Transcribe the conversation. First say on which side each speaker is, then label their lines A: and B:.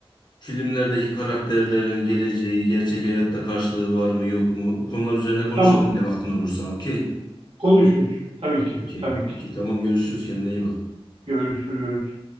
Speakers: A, on the left; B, on the right.
A: filmlerdeki karakterlerin geleceği, gerçek hayatta karşılığı var mı yok mu? Bu konular üzerine konuşalım
B: tamam.
A: yine vaktin olursa. Okey.
B: Konuşuruz. Tabii ki,
A: Okey.
B: tabii
A: Okey.
B: ki.
A: Tamam görüşürüz. Kendine iyi bak.
B: Görüşürüz.